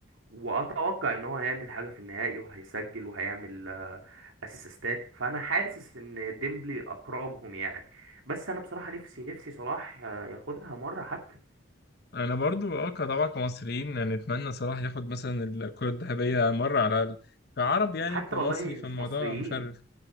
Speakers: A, on the right; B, on the left.
A: وأتوقع إن هو هيعمل حاجة في النهائي وهيسجل وهيعمل آه، أسيستات فأنا حاسس إن ديمبلي أقربهم يعني بس أنا بصراحة نفسي نفسي صلاح آه، ياخدها مرة حتى
B: انا برضو اه طبعا كمصريين يعني نتمنى صلاح ياخد مثلا الكرة الذهبية مرة على الأقل كعرب يعني
A: وحتى
B: وكمصري
A: والله
B: فالموضوع
A: مش مصريين
B: مشرف